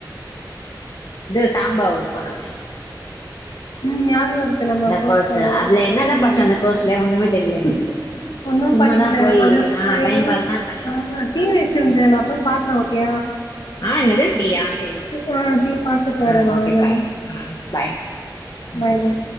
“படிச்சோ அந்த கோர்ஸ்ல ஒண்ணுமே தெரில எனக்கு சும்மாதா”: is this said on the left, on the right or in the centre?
Left